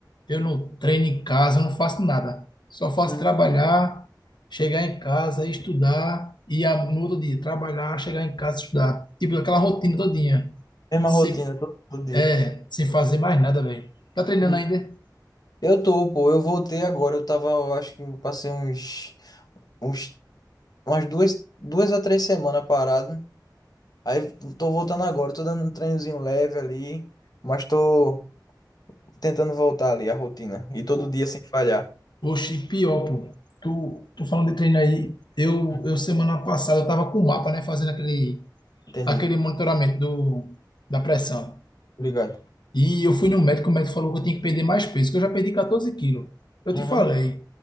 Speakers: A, on the left (about 80°); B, on the left (about 60°).
A: eu não treino em casa, eu não faço nada. Só faço
B: uhum.
A: trabalhar, chegar em casa, estudar e a- no outro dia trabalhar, chegar em casa, estudar. Tipo, aquela rotina todinha.
B: Mesma
A: Sem,
B: rotina, todo, todo dia.
A: é, sem fazer mais nada, velho. Tá treinando
B: Uhum.
A: ainda?
B: Eu tô, pô, eu voltei agora. Eu tava, eu acho que passei uns, uns, umas duas, duas a três semanas parado. Aí tô voltando agora, tô dando um treinozinho leve ali, mas tô tentando voltar ali a rotina. E todo
A: O-
B: dia sem falhar.
A: Oxe, pior, pô. Tu, tu falando de treino aí, eu,
B: Uhum,
A: eu semana passada eu tava com o mapa, né, fazendo aquele,
B: Entendi.
A: aquele monitoramento do, da pressão.
B: Tô ligado.
A: E eu fui no médico, o médico falou que eu tinha que perder mais peso, que eu já perdi 14 quilos. Eu te
B: Uhum,
A: falei,